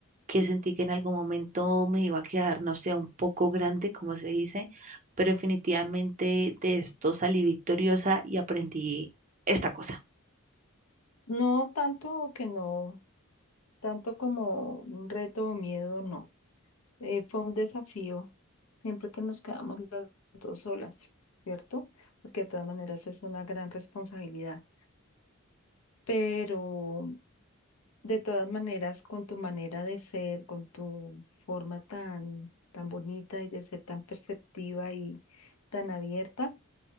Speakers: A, on the right; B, on the left.
A: que sentí que en algún momento me iba a quedar, no sé, un poco grande, como se dice, pero definitivamente de esto salí victoriosa y aprendí esta cosa.
B: No tanto que no, tanto como un reto o miedo, no. Eh, fue un desafío siempre que nos quedamos las dos solas, ¿cierto? Porque de todas maneras es una gran responsabilidad. Pero De todas maneras, con tu manera de ser, con tu forma tan, tan bonita y de ser tan perceptiva y tan abierta,